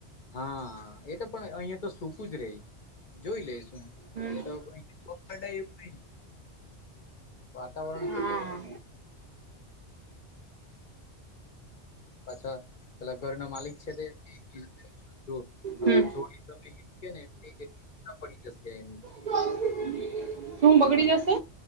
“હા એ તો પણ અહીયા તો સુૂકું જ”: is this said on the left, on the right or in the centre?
Left